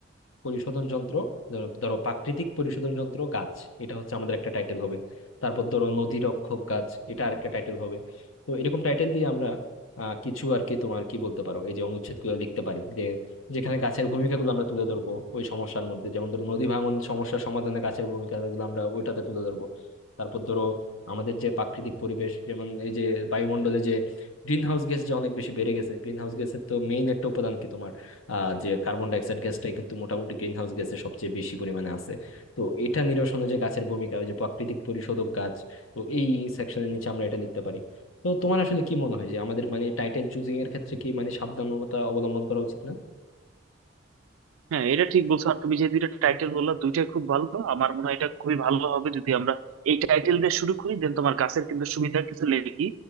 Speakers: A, on the left; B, on the right.
A: পরিশোধন যন্ত্র ধরো ধরো প্রাকৃতিক পরিশোধন যন্ত্র গাছ এটা হচ্ছে আমাদের একটা টাইটেল হবে তারপর ধরো নদী রক্ষক গাছ এটা আরেকটা টাইটেল হবে তো এরকম টাইটেল দিয়ে আমরা আহ, কিছু আর কি তোমার কি বলতে পারো এই যে অনুচ্ছেদগুলো লিখতে পারি যে যেখানে গাছের ভূমিকাগুলো আমরা তুলে ধরবো ওই সমস্যার মধ্যে যেমন ধরো নদী ভাঙন সমস্যার সমাধানে গাছের ভূমিকাগুলো আমরা ওইটাতে তুলে ধরবো তারপর ধরো আমাদের যে প্রাকৃতিক পরিবেশ যেমন এই যে বায়ুমণ্ডলে যে গ্রিন হাউস গ্যাস যে অনেক বেশি বেড়ে গেছে গ্রিন হাউস গ্যাসের তো মেইন একটা উপাদান কি তোমার আহ, যে কার্বন ডাইঅক্সাইড গ্যাসটাই কিন্তু মোটামুটি গ্রিন হাউস গ্যাসের সবচেয়ে বেশি পরিমাণে আছে তো এটা নিরসনে যে গাছের ভূমিকা ওই যে প্রাকৃতিক পরিশোধক গাছ তো এই সেকশনের নিচে আমরা এটা লিখতে পারি তো তোমার আসলে কি মনে হয় যে আমাদের মানে টাইটেল চুজিং এর ক্ষেত্রে কি মানে সাবধানতা অবলম্বন করা উচিত না
B: হ্যাঁ এটা ঠিক বলছো আর তুমি যে দুইটা টাইটেল বললা দুইটাই খুব ভালো আমার মনে হয় এটা খুবই ভালো হবে যদি আমরা এই টাইটেল দিয়ে শুরু করি দেন তোমার গাছের কিন্তু সুবিধা কিছু লিখি